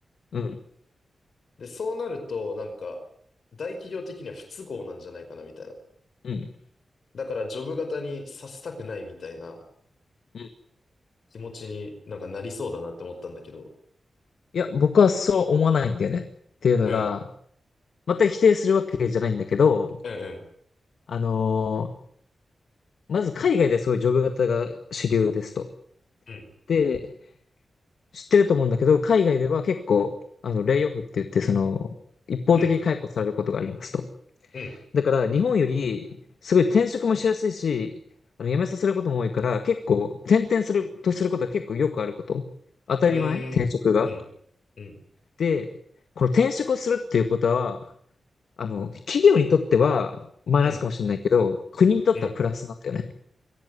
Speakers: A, on the left; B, on the left.
A: うん、
B: で、そうなるとなんか大企業的には不都合なんじゃないかなみたいな。
A: うん、
B: だからジョブ型にさせたくないみたいな
A: うん。い
B: 気持ちになんかなりそうだなって思ったんだけど。
A: や、僕はそう思わないんだよね。っていうのが、
B: うん、
A: 全く否定するわけじゃないんだけど、
B: うん、
A: あのーまず海外でそういうジョブ型が主流ですと。
B: うん、
A: で、知ってると思うんだけど、海外では結構、あの、レイオフって言って、その、一方的に解雇されることがありますと。
B: うん、うん、うん、
A: だから日本よりすごい転職もしやすいし、あの辞めさせることも多いから、結構転々するとすることは結構よくあること。当たり前転職が。
B: うーん、うん、うん、
A: で、この転職をするっていうことは、あの、企業にとってはマイナスかもしれないけど、
B: うん、
A: 国にとってはプラスなんだよね。
B: うん。